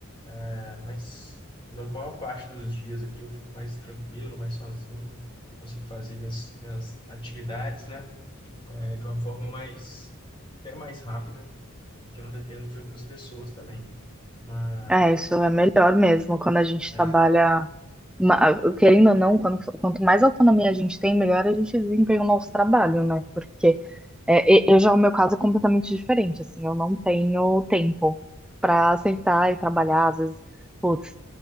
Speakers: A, on the left; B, in the centre.
A: É, mas na maior parte dos dias aqui eu fico mais tranquilo, mais sozinho, consigo fazer minhas, minhas atividades, né? É, de uma forma mais, até mais rápida, porque eu não dependo de outras pessoas também. Mas,
B: É, isso é melhor mesmo quando a gente
A: é,
B: trabalha ma- Querendo ou não, quando- quanto mais autonomia a gente tem, melhor a gente desempenha o nosso trabalho, né? Porque é, e- eu já, o meu caso é completamente diferente, assim, eu não tenho tempo para aceitar e trabalhar, às vezes, putz,